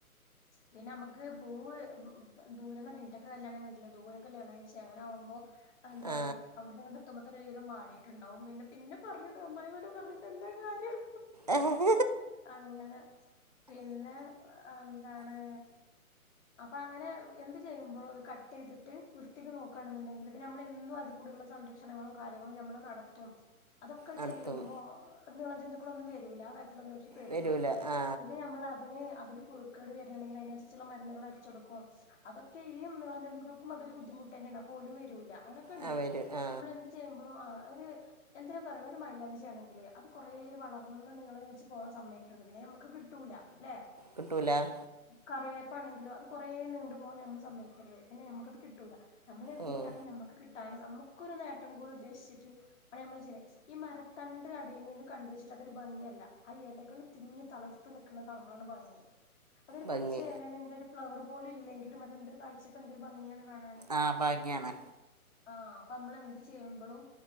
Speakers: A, on the left; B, on the right.
A: പിന്നെ അമ്മക്ക് പൂവ് ദൂരംന്നൊക്കെ ഇണ്ടൊക്കെ കല്യാണം കണ്ടല്ല ദൂര കല്യാണം കയിച്ചു അങ്ങനാകുമ്പോ എന്താണ്
B: ആ
A: അവിട് ഇങ്ങട് ത്തുമ്പോത്തിന് ഒരു വിതം വാടിയിട്ടുണ്ടാവും പിന്നെ ഇന്നെ പറഞ്ഞിട്ട് അമ്മായിമ്മാനെ പറഞ്ഞിട്ട് എന്താ കാര്യം
B: ഏഹ്
A: അങ്ങനെ പിന്നെ എന്താണ് അപ്പൊ അങ്ങനെ എന്ത് ചെയ്യുമ്പോഴോ അത് കട്ട ചെയ്തിട്ട് വൃത്തിക്ക് നോക്കാണെന്നുണ്ടെങ്കില് പിന്നെമ്മള് എന്തും അഹ് കൂടുള്ള സംരക്ഷണങ്ങളും കാര്യങ്ങളും നമ്മള് നടത്തും അതൊക്കെ
B: നടത്തും
A: ചെല്ലുമ്പോ നീള ജന്തുക്കളൊന്നും വരൂല ആ കാര്ത്തിലൊന്നും പെടും
B: വരൂല
A: വേണ്ട
B: ആ
A: പിന്നെ നമ്മൾ അതിന് അതില് പുഴുക്കള് വരാ ണെങ്കി അതിനനസരിച്ചുള്ള മരുന്നുകള് അടിച്ച കൊടുക്കോ അതൊക്കെഈ നീള ജന്തുക്കൾക്കും അതൊരു ബുദ്ധിമുട്ടെന്നെണ് അപ്പം ഓലും വരൂല ക്കണ്ട്
B: ആ വരും ആ
A: നമ്മൾ എന്ത് ചെയ്യുമ്പളും ആ ഒരു എന്തിനാ പറയിണു ഒരു മൈലാഞ്ചി ആണെങ്കില് അത് കുറേ വളർന്ന് നീളം വെച്ച് പോവാൻ സമ്മയ്ക്കരുത് പിന്നെ ഞമ്മക്ക് കിട്ടൂല അല്ലെ
B: കിട്ടൂല
A: കറിവേപ്പാണെങ്കിലോ അത് കുറേ നീണ്ടു പോകാൻ നമ്മൾ സമ്മയ്ക്കരുത് പിന്നെ നമുക്കത് കിട്ടൂല ഞമ്മളെന്തുണ്ടങ്കും
B: ഉം.
A: നമുക്ക് കി ട്ടാനും നമുക്കൊരു നേട്ടം കൂടി ഉദ്ദേശിച്ചിട്ട് ആണ് നമ്മൾ ചെയണ ത് ഈ മരത്തണ്ട് അടിന്ന് കണ്ട വ അതൊരു ഭംഗിയല്ല ആ ഇലകൾ തിങ്ങി തളർത്ത് നിൽക്കുന്ന കാണുമ്പോഴാണ് ഭംഗി അതൊരു പച്ച
B: ഭംഗി
A: എലാണെ അല്ലെങ്കിൽ ഒരു ഫ്ലവർ പോല ഇല്ലെങ്കില അതെന്തൊരു കാഴ്ചക്ക എന്തൊരു ഭംഗിയാണ് കാണാന
B: ആ ഭംഗിയാണ്
A: ആഹ് അപ്പൊ നമ്മൾ എന്ത് ചെയ്യുമ്പോഴും